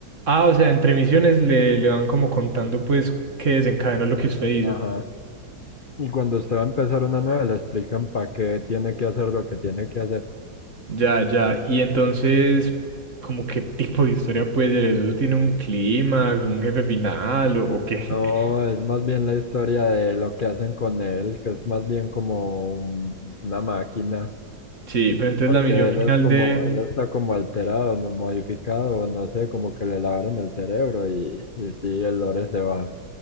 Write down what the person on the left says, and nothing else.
Ajá. Y cuando usted va a empezar una nueva, le explican para qué tiene que hacer lo que tiene que hacer.
No,
es más bien la historia de lo que hacen con él, que es más bien como un- una máquina,
porque
él
es como,
él está como alterado, no modificado, no sé, como que le lavaron el cerebro y, y sí, el lore se va.